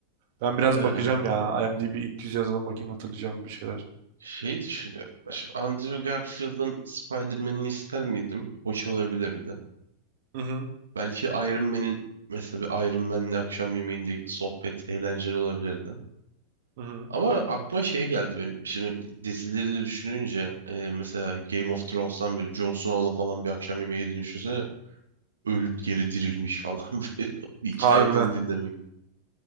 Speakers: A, on the right; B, on the right.
A: Ben biraz
B: Ee,
A: bakacağım ya. IMDb ilk yüz yazalım bakayım hatırlayacağım bir şeyler.
B: şey düşünüyorum. Şimdi Andrew Garfield'ın Spider-Man'ini ister miydim? Hoş olabilirdi.
A: Hı hı.
B: Belki Iron Man'in mesela bir Iron Man'le akşam yemeğinde sohbet eğlenceli olabilirdi.
A: Hı hı.
B: Ama aklıma şey geldi benim. Şimdi dizileri de düşününce e, mesela Game of Thrones'tan böyle Jon Snow'la falan bir akşam yemeği yediğini düşünsene. Ölüp geri dirilmiş falan <laughs> böyle o hikayelerini
A: Harbiden.
B: dinlemek.